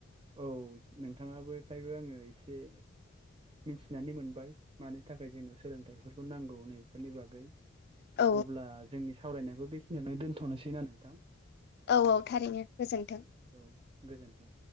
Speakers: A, on the right; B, on the left.
A: औ नोंथाङाबो फायबो आङो एसे मिथिनानै मोनबाय मानि थाखाय जोंनो सोलोंथाइफोरखौ नांगौ नैफोरनि बागै।
B: औ
A: अब्ला जोंनि सावरायनायखौ बेखिनियावनो दोनथ'नोसै ना नोंथां?
B: औ-औ थारैनो गोजोनथों।
A: औ गोजोन्थों।